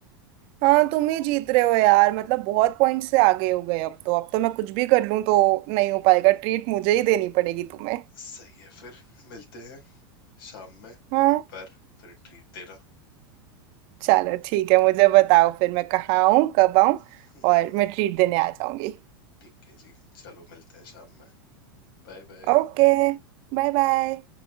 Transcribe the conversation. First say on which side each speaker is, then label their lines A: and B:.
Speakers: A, on the right; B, on the left.
A: हाँ तुम ही जीत रहे हो यार मतलब बहुत पॉइंट से आगे हो गए अब तो अब तो मैं कुछ भी कर लूं तो नहीं हो पाएगा ट्रीट मुझे ही देनी पड़ेगी तुम्हें
B: सही है फिर मिलते हैं शाम में
A: हाँ
B: एक बार फिर ट्रीट देना
A: चलो ठीक है मुझे बताओ फिर मैं कहाँ आऊँ कब आऊँ
B: <laughs>
A: और मैं ट्रीट देने आ जाऊंगी
B: ठीक है जी चलो मिलते हैं शाम में Bye bye
A: ओके Bye bye